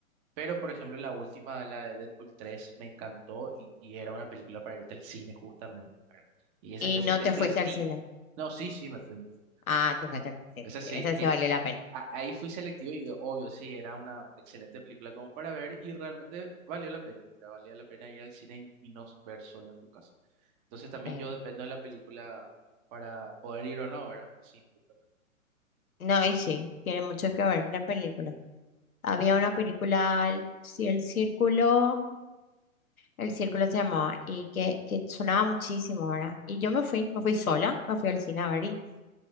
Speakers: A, on the right; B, on the left.
A: Pero, por ejemplo, la última, la de Deadpool 3 me encantó y, y era una película para irte al cine justamente, ¿verdad? Y esa
B: Y
A: clase
B: no
A: de películas
B: te fuiste
A: sí.
B: al cine.
A: No, sí, sí, me fui, me fui.
B: Ah, te fuiste al cine.
A: Esa
B: Sí,
A: sí.
B: esa
A: eh,
B: sí valió la pena.
A: a- ahí fui selectivo y obvio, sí, era una excelente película como para ver y realmente valió la pena. ¿verdad? Valía la pena ir al cine y, y no ver solo en tu casa. Entonces también
B: Sí.
A: yo dependo de la película para poder ir o no, ¿verdad? Al cine, justamente.
B: No, y sí, tiene mucho que ver la película. Había una película, el- sí, El Círculo, El Círculo se llamaba, y que, que sonaba muchísimo ahora. Y yo me fui, me fui sola, me fui al cine a ver. Y